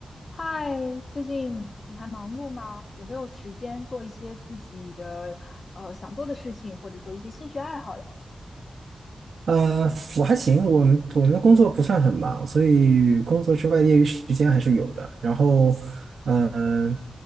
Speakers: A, on the left (about 55°); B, on the right (about 80°).
A: 嗨，最近你还忙碌吗？有没有时间做一些自己的呃想做的事情，或者说一些兴趣爱好呀？
B: 呃，我还行，我们我们的工作不算很忙，所以工作之外业余时间还是有的。然后，嗯、